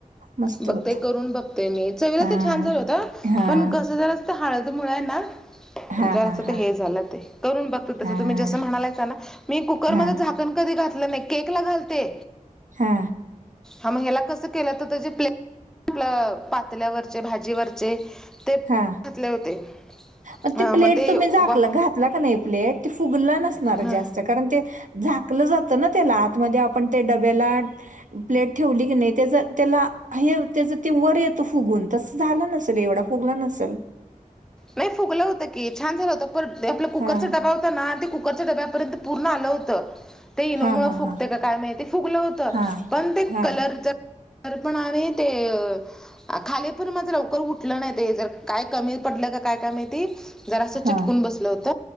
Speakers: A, on the right; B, in the centre.
A: मस्त
B: बघते
A: होतो.
B: करून बघते मी चवीला
A: हां,
B: तर छान झाल होत
A: हां,
B: पण कसं झालं तर हळद मुळ आहे ना
A: हां,
B: जरा
A: हां, हां,
B: हे झालं ते करून बघत तस
A: हां.
B: तुम्ही जसं म्हणाला ना मी कुकरमध्ये
A: हा
B: झाकण कधी घातलं नाही केक ला घालते
A: हा
B: क के आपल्या पातल्यावरचे भाजीवरचे ते घातले
A: हा
B: होते
A: मग
B: हा
A: त प्लेट
B: ते
A: तुम्ही झाक
B: वा
A: घातला का नाही प्लेट त फुगलं नसणार
B: ह
A: जास्त कारण ते झाकलं जात ना त्याला आतमध्ये आपण त्या डब्याला प्लेट ठेवली की नाही त्याच त्याला हे त्याच ते वर येतं फुगून तस झालं नसल एवढं पुगला नसेल
B: नाही फुगलं होतं की छान झालं होतं पण आपला कुकरचा
A: हा
B: डबा होता ना ते कुकरच्या डब्या पूर्ण आलं होतं ते इनो
A: हा
B: मुळ
A: हा
B: फुकते
A: हा
B: का काय माहि फुगलं होत
A: हा
B: पण ते
A: हा
B: कलर जर अर्पण आहे ते अ खाली पण माझं लवकर उठलं नाही ते जर काय कमी पडलं का काय कमीती जरा असं
A: हा
B: चिटकून बसलं होत